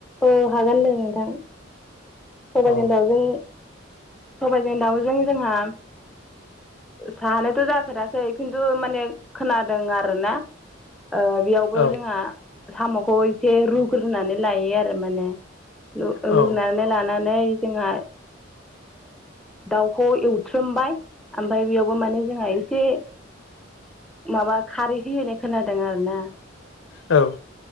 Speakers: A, in the centre; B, on the left (about 70°).
A: औ हागोन दे नोंथां। सबजोंजों
B: औ
A: दाउजों सबायजों दाउजों जोंहा जानायथ' जाफेराखै खिन्थु माने खोनादों आरो ना। ओ बेयावबो
B: औ
A: जोंहा साम'खौ एसे रुग्रोनानै लायो आरो माने। रु ओ
B: औ
A: रुग्रुनानै लानानै जोंहा दउ खौ एवथ्रोमबाय आमफाय बेयावबो माने जोंहा एसे माबा खारै होयो होनाय खोनादों आरो ना।
B: औ अ ओ